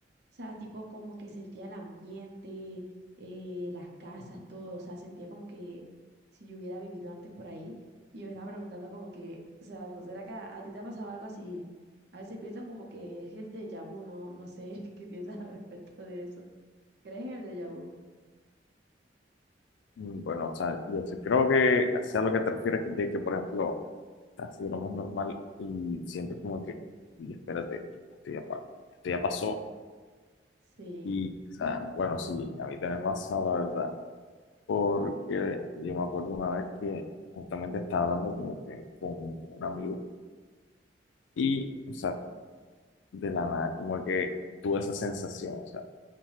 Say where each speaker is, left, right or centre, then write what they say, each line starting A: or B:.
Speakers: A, on the right; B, on the left.
A: O sea, tipo como que sentía el ambiente, eh, las casas, todo. O sea, sentía como que si yo hubiera vivido antes por ahí. Y yo me estaba preguntando como que, o sea, ¿no será que a, a ti te ha pasado algo así? A veces pienso como que es el déjà vu, ¿no? No sé <laughs> qué piensas al respecto de eso. ¿Crees en el déjà vu?
B: Mm, Bueno, o sea, yo sí creo que sea lo que te refieres de que, por ejemplo, estás así lo más normal y sientes como que, y espérate, esto ya, pa- esto ya pasó.
A: Sí,
B: Y, o sea, bueno, sí, a mí también me ha pasado, la verdad, porque yo me acuerdo una vez que justamente estaba hablando como que con, con un amigo y, o sea, de la nada, como que tuve esa sensación, o sea,